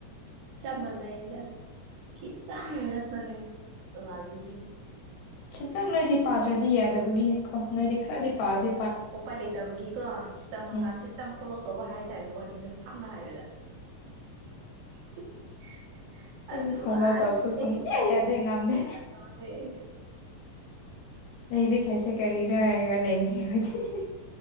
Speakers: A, on the right; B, on the left.
A: ꯆꯞ ꯃꯥꯟꯅꯩꯗ ꯈꯤꯇꯪ <unintelligible> ꯇꯣꯉꯥꯜꯂꯤꯖꯦ
B: ꯈꯤꯇꯪ ꯅꯣꯏꯗꯤ ꯄꯥꯗ꯭ꯔꯗꯤ ꯌꯥꯗꯕꯒꯤꯅꯤꯀꯣ ꯅꯣꯏꯗꯤ ꯈꯔꯗꯤ ꯄꯥꯗꯤ
A: ꯎꯄꯥꯏ ꯂꯩꯇꯕꯒꯤꯀꯣ ꯁꯤꯁꯇꯝ ꯃꯈꯥ
B: ꯎꯝ
A: ꯁꯤꯁꯇꯦꯝ ꯐꯣꯂꯣ ꯇꯧꯕ ꯍꯥꯏ ꯇꯔꯦ ꯋꯥꯔꯤꯗꯣ ꯁꯝꯅ ꯍꯥꯏꯕꯗ <unintelligible>
B: ꯑꯩꯈꯣꯏ ꯐꯣꯂꯣ ꯇꯧꯕꯁꯨ ꯁꯨꯡꯌꯥ ꯌꯥꯗꯦ ꯉꯝꯗꯦ ꯂꯩꯔꯤꯛ ꯍꯥꯏꯁꯦ ꯀꯔꯤꯔ ꯍꯥꯏꯔꯒ ꯂꯩꯔꯤ ꯑꯩꯈꯣꯏꯗꯤ ꯍꯤ ꯍꯤ